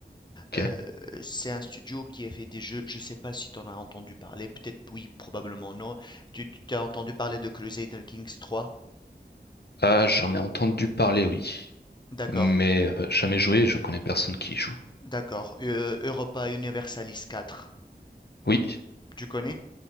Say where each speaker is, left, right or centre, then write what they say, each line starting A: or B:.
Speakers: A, on the left; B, on the left.
A: Ok.
B: Euh, c'est un studio qui a fait des jeux, je ne sais pas si tu en as entendu parler, peut-être oui, probablement non. Tu, tu as entendu parler de Crusader Kings 3?
A: Ah, j'en ai entendu parler, oui.
B: D'accord,
A: Mais euh, jamais joué, je connais personne qui y joue.
B: d'accord. Euh, Europa Universalis 4,
A: Oui,
B: tu connais?